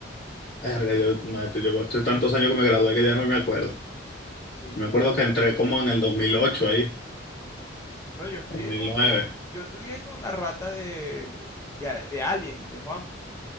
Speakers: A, on the left (about 55°); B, on the left (about 15°).
A: Verga, yo, maestro, yo estoy tantos años que me gradué que ya no me acuerdo.
B: Sí,
A: Me
B: yo
A: acuerdo
B: me gradué.
A: que entré como en el 2008 ahí,
B: Bueno, yo estudié
A: dos mil
B: con,
A: nueve
B: con, yo estudié con la rata de, de, de Alien, de Juan.